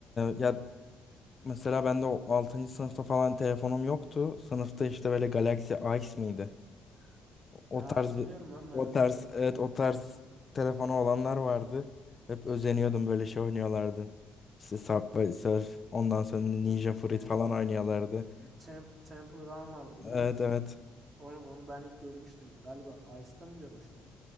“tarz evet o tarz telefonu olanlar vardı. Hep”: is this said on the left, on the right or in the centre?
Left